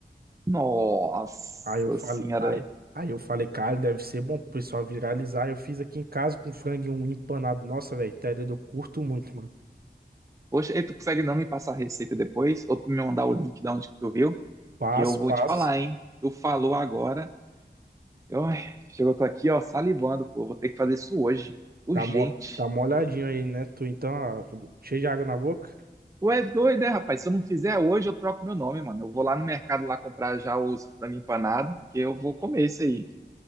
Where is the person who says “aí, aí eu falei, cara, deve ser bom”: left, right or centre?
Right